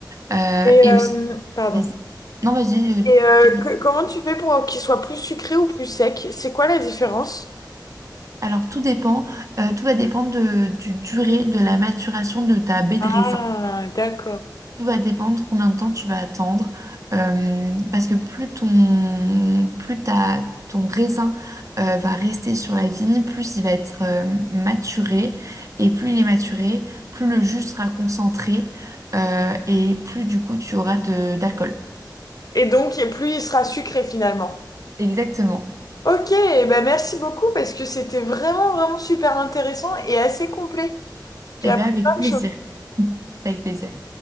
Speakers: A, on the right; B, on the left.
A: Euh,
B: Et
A: et
B: euh,
A: aussi,
B: pardon.
A: vas-y. Non, vas-y. euh,
B: Et euh,
A: Thierry.
B: que- comment tu fais pour qu'il soit plus sucré ou plus sec? C'est quoi la différence?
A: Alors, tout dépend, euh, tout va dépendre de, du durée de la maturation de ta baie
B: Ah,
A: de raisin.
B: d'accord.
A: Tout va dépendre combien de temps tu vas attendre, euh, parce que plus ton, plus ta, ton raisin euh, va rester sur la vigne, plus il va être euh, maturé, et plus il est maturé, plus le jus sera concentré, euh, et plus du coup tu auras de, d'alcool.
B: Et donc, et plus il sera sucré finalement.
A: Exactement.
B: Ok, eh ben merci beaucoup parce que c'était vraiment, vraiment super intéressant et assez complet. J'ai
A: Eh
B: appris
A: bien, avec
B: plein
A: plaisir.
B: de choses.
A: <laughs> Avec plaisir.